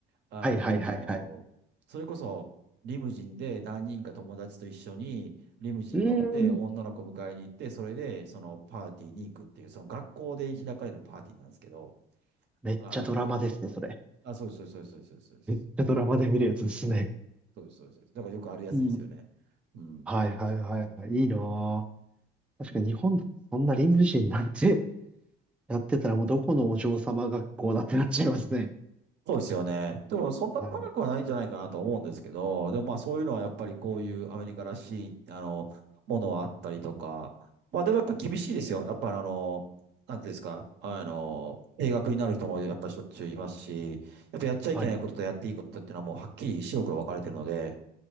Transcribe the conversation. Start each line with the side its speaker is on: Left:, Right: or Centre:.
Right: あのーそれこそリムジンで何人か友達と一緒にリムジン乗って女の子迎えに行って、
Centre: はいはいはいはい。うーん。
Right: それでそのパーティーに行くっていう、その学校で開かれるパーティーなんですけど、
Centre: めっちゃドラマですね、
Right: あの
Centre: それ。
Right: ーあ、そうです、そうです、そうです、そうです。そうです
Centre: めっちゃドラマで見るやつですね。
Right: そうです、そうです。だからよくあるやつですよね。
Centre: いい。
Right: うん。
Centre: はいはいはいはい。いいなぁ。確かに日本でそんな理無人なんて
Right: うん。
Centre: やってたらもうどこのお嬢様学校だってなっちゃいますね。
Right: そうですよね。でもそんな高くはないんじゃないかなと思うんですけど、
Centre: はい。
Right: でもまあそういうのはやっぱりこういうアメリカらしい、あの、ものはあったりとか、まあでもやっぱ厳しいですよ。やっぱあの、なんていうんですか、あの、定額になる人もやっぱりしょっちゅういますし、やっぱやっちゃいけないこととやっていいことっていうのはもうはっきり白黒分かれてるので、
Centre: はい。